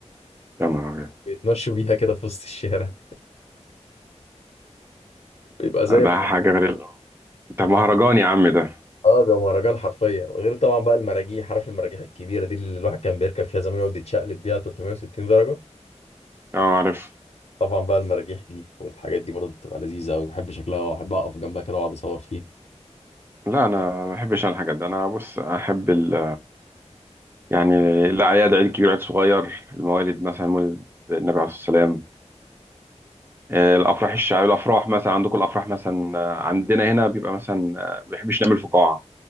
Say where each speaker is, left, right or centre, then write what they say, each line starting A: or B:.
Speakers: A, on the right; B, on the left.
A: يا نهار
B: بيتمشوا بيها كده في وسط الشارع بيبقى زي
A: ابيض ده حاجه غير ده مهرجان يا عم ده
B: اه ده مهرجان حرفيا غير طبعا بقى المراجيح عارف المراجيح الكبيره دي اللي الواحد كان بيركب فيها زمان يقعد يتشقلب بيها 360 درجه
A: اه عارف
B: طبعا بقى المراجيح دي والحاجات دي برضه بتبقى لذيذه قوي بحب شكلها وأحب اقف جنبها كده واقعد اصور فيها
A: لا انا ما بحبش أنا الحاجات دي انا بص احب ال... يعني الاعياد عيد كبير عيد صغير الموالد مثلا مولد النبي عليه الصلاه والسلام آه، الافراح الشعبيه الافراح مثلا عندكم الافراح مثلا آه، عندنا هنا بيبقى مثلا آه، ما بيحبش نعمل فقاعه